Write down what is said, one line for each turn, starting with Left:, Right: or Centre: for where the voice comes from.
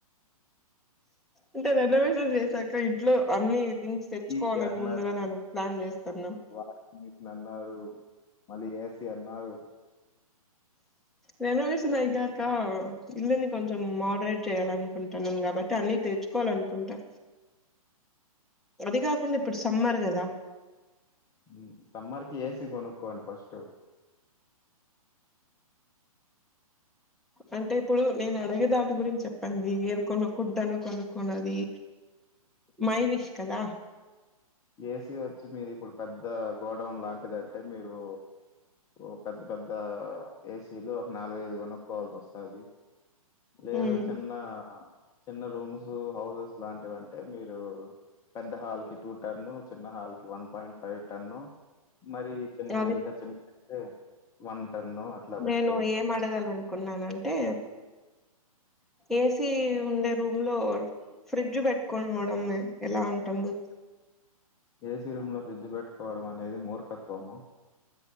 Centre: ఇంటే బేబమే చేసా ఇంకా ఇంట్లో అన్ని థింగ్స్ తెచ్చుకోవాలని
Left: టీవీ అన్నారు
Centre: ముందుగా ఆన్ ప్లాన్ చేస్తన్నం
Left: వాషింగ్ మిషిన్ అన్నారు మళ్ళీ ఏసీ అన్నారు
Centre: రేనోవేషన్ అయ్యాక ఇల్లుని కొంచెం మోడరేట్ చేయాలనుకుం టనం కాబట్టి అన్ని తెచుకోవాల అనుకుంటా అది కాకుండా ఇప్పుడు సమ్మర్ గదా
Left: ఉ సమ్మర్ కి ఏసి కొనుక్కోండి ఫస్ట్
Centre: అంటే ఇప్పుడు నేను అడిగే దాని గురించి చెప్పండి ఏది కొనుకుడాదనో కొనుకున్నది మై విష్ కదా
Left: ఏసీ వచ్చి మీది ఇప్పుడు పెద్ద గోడౌన్ లాంటిదంటే మీరు ఓ పెద్ద పెద్ద ఏసీలు ఒక నాలుగ ఐదు కొనుక్కోవాల్సి వస్తాది లేదు
Centre: ఉమ్
Left: చిన్న చిన్న రూమ్స్ హౌసెస్ ఇలాంటివి అంటే మీరు పెద్ద హాల్ కి టూ టర్న్ చిన్న హాల్ కి వన్ పాయింట్ ఫైవ్ టన్ను మరి చిన్న
Centre: అది
Left: ఇంకా చిన్నయితే వన్ టన్ను అట్లా
Centre: నేను
Left: పెట్టుకోవచ్చు
Centre: ఏం అడగాలనుకున్నాన అంటే ఏస్ సి ఉండే రూమ్ లో ఫ్రిడ్జ్ పెట్టుకోనవడం ఎలా అంటుంది
Left: ఏసీ రూమ్ లో ఫ్రిడ్జ్ పెట్టుకోవడం అనేది మూర్ఖత్వము